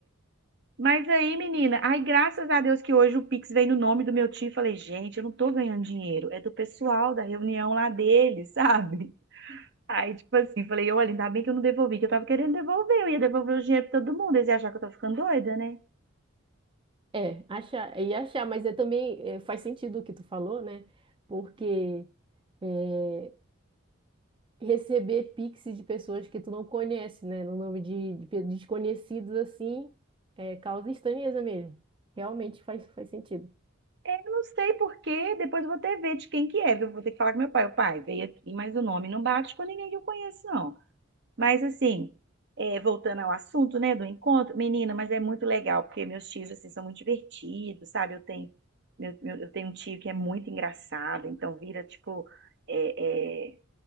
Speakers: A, on the right; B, on the right.
A: Mas aí, menina, ai, graças a Deus que hoje o Pix veio no nome do meu tio. Falei, gente, eu não tô ganhando dinheiro, é do pessoal da reunião lá dele, <laughs> sabe? Aí, tipo assim, falei, olha, ainda bem que eu não devolvi, que eu tava querendo devolver, eu ia devolver o dinheiro pra todo mundo, eles iam achar que eu tô ficando doida, né?
B: É, achar, e achar, mas é também é, faz sentido o que tu falou, né? Porque é, receber pix de pessoas que tu não conhece, né? No nome de, de pe- desconhecidos, assim, é, causa estranheza mesmo. Realmente faz, faz sentido.
A: É, eu não sei por quê, depois eu vou até ver de quem que é, eu vou ter que falar com meu pai, o pai, veio aqui, mas o nome não bate com ninguém que eu conheço, não. Mas assim, é, voltando ao assunto, né, do encontro, menina, mas é muito legal, porque meus tios, assim, são muito divertidos, sabe? Eu tenho, meu- meu- eu tenho um tio que é muito engraçado, então vira, tipo, é, é,